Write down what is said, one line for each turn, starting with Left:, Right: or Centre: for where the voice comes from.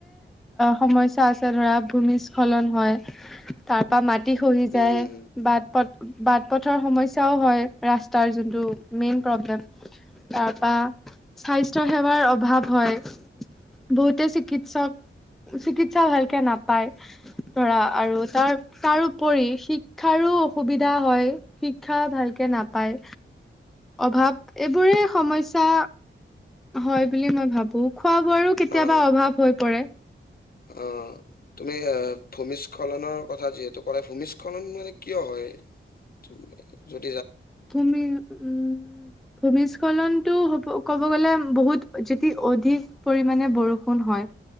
Centre: সমস্যা আছে, ধৰা ভূমিস্খলন হয়, তাৰ পৰা মাটি খহি
Left: উম
Centre: যায়,
Left: উম উম।
Centre: বাট পথ বাট পথৰ সমস্যাও হয়, ৰাস্তাৰ যোনটো মেইন প্ৰবলেম, স্বাস্থ্য সেৱাৰ অভাৱ। হয়। বহুতে চিকিৎসক, চিকিৎসা ভালকে নাপায়। ধৰা আৰু তাৰ তাৰওপৰি শিক্ষাৰো, অসুবিধা হয়, শিক্ষা ভালকে নাপায়। অভাৱ এইবোৰে সমস্যা, হয় বুলি মই ভাবো খোৱা বোৱাৰো কেতিয়াবা
Left: আ
Centre: অভাৱ হব পৰে।
Left: আ তুমি এ ভূমিস্খলনৰ কথা যিহেতু কলা ভূমিস্খলন মানে কিয় হয়? উম <unintelligible>
Centre: ভুমি উম ভূমিস্খলন টো হ'ব ক'ব গ'লে বহুত যদি অধিক পৰিমমানে বৰষুণ হয়